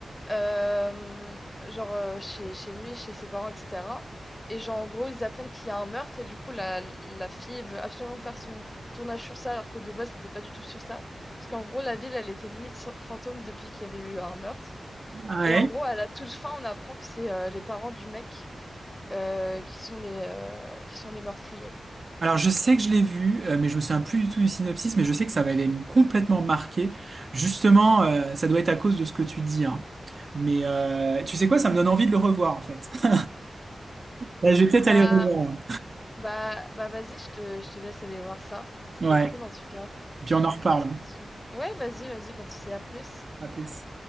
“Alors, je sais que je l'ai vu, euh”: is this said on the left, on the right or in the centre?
Right